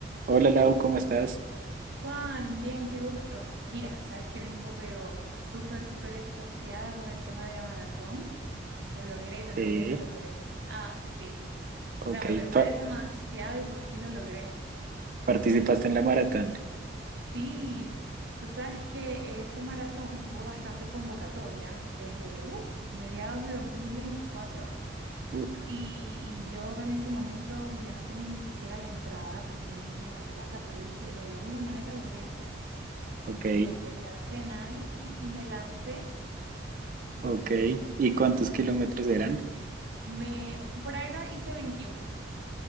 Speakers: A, on the right; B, on the right.
A: Hola Lau, ¿cómo estás?
B: Juan, bien, qué gusto. Mira, sabes que vengo pero súper, súper extasiada con el tema de la maratón. Lo logré, lo
A: Sí,
B: logré, lo logré. Ah, sí. O sea,
A: ok.
B: me preparé
A: pa-
B: demasiado y por fin lo logré.
A: ¿participaste en la maratón?
B: Sí, tú sabes que ese maratón tuvo bastante convocatoria desde, uff, mediados de 2024.
A: Uf,
B: Y, y yo en ese momento, mira, no tenía ni siquiera la entrada porque no tenía plata, pero dije, de alguna manera lo voy a hacer.
A: ok,
B: Mira, empecé a entrenar y, y me lancé.
A: ok. ¿Y cuántos kilómetros eran?
B: Me, por ahora hice veintiuno,